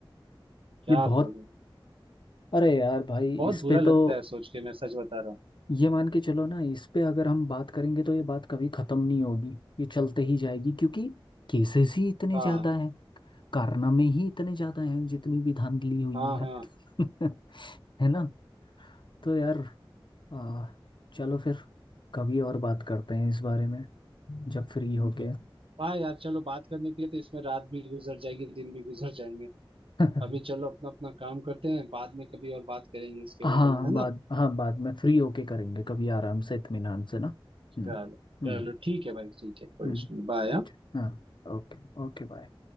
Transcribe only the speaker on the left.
ये बहुत
अरे यार भाई
इस
पे
तो
ये मान के चलो ना इस पे अगर हम बात करेंगे तो ये बात कभी खत्म नहीं होगी ये चलते ही जाएगी क्योंकि केसेस ही इतने
ज्यादा हैं कारनामे ही इतने ज्यादा हैं जितनी भी धांधली हुई
है
<laughs> है ना तो यार आ, चलो फिर कभी और बात करते हैं इस बारे में जब फ्री होके
<laughs>
हाँ
बाद
हाँ बाद में फ्री होके करेंगे कभी आराम से इत्मीनान से ना
हम्म हम्म
हम्म,
हाँ ओके Okay bye